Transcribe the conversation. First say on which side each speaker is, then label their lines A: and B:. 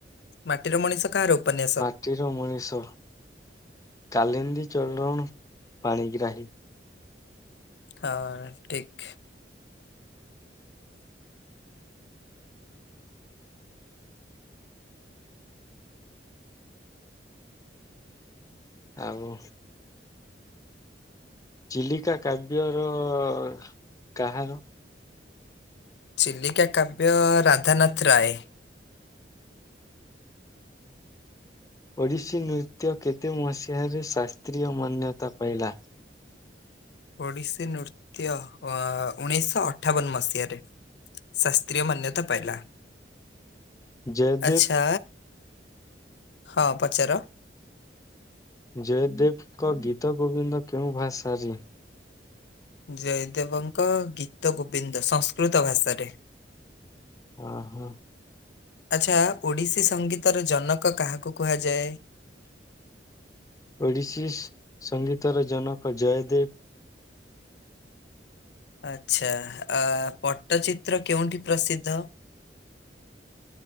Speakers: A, on the left; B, on the left.
A: ମାଟିର ମଣିଷ କାହାର ଉପନ୍ୟାସ?
B: ମାଟିର ମଣିଷ କାଲିନ୍ଦୀ ଚରଣ ପାଣିଗ୍ରାହୀ।
A: ହଁ-ଅ-ଅ ଠିକ୍।
B: ଆଉ ଚିଲିକା କାବ୍ୟର-ଅ-ଅ-ଅ କାହାର?
A: ଚିଲିକା କାବ୍ୟ ରାଧାନାଥ ରାୟ।
B: ଓଡିଶୀ ନୃତ୍ୟ କେତେ ମସିହାରେ ଶାସ୍ତ୍ରୀୟ ମାନ୍ୟତା ପାଇଲା?
A: ଓଡ଼ିଶୀ ନୃତ୍ୟ ଅ-ଅ ଉଣେଇଶହ ଅଠାବନ ମସିହାରେ ଶାସ୍ତ୍ରୀୟ ମାନ୍ୟତା ପାଇଲା।
B: ଜୟଦେବ
A: ଆଛା, ହଁ ପଚାର?
B: ଜୟଦେବଙ୍କ ଗୀତ ଗୋବିନ୍ଦ କେଉଁ ଭାଷାରେ?
A: ଜୟଦେବଙ୍କ ଗୀତ ଗୋବିନ୍ଦ ସଂସ୍କୃତ ଭାଷାରେ।
B: ଓ ହୋ।
A: ଆଚ୍ଛା ଓଡିଶୀ ସଙ୍ଗୀତର ଜନକ କାହାକୁ କୁହାଯାଏ?
B: ଓଡ଼ିଶୀ ସଙ୍ଗୀତର ଜନକ ଜୟଦେବ।
A: ଆଛା ପଟ୍ଟଚିତ୍ର କେଉଁଠି ପ୍ରସିଦ୍ଧ?